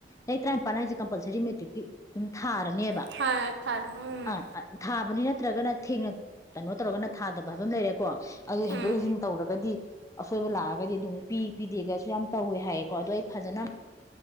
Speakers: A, on the left; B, on the right.
A: ꯂꯩ ꯇꯔꯥꯅꯤꯄꯥꯟ ꯍꯥꯏꯁꯦ ꯀꯝꯄꯜꯁꯔꯤ ꯃꯦꯇ꯭ꯔꯤꯛꯇꯤ ꯑꯗꯨꯝ ꯊꯥꯔꯅꯦꯕ
B: ꯊꯥꯔꯦ ꯊꯥꯔꯦ ꯎꯝ
A: ꯑꯥ ꯊꯥꯕꯅꯤ ꯅꯠꯇ꯭ꯔꯒꯅ ꯊꯦꯡꯅ ꯀꯩꯅꯣ ꯇꯧꯔꯒꯅꯥ ꯊꯥꯗꯕ ꯍꯥꯏꯕ ꯑꯃ ꯂꯩꯔꯦꯀꯣ ꯑꯗꯨ ꯍꯦꯟꯗꯣꯛ
B: ꯎꯝ
A: ꯍꯦꯟꯖꯤꯟ ꯇꯧꯔꯒꯗꯤ ꯑꯁꯣꯏꯕ ꯂꯥꯛꯑꯒꯗꯤ ꯑꯗꯨꯝꯨꯛ ꯄꯤ ꯄꯤꯗꯦꯒꯁꯨ ꯌꯥꯝ ꯇꯧꯋꯦ ꯍꯥꯏꯌꯦꯀꯣ ꯑꯗꯣ ꯑꯩ ꯐꯖꯅ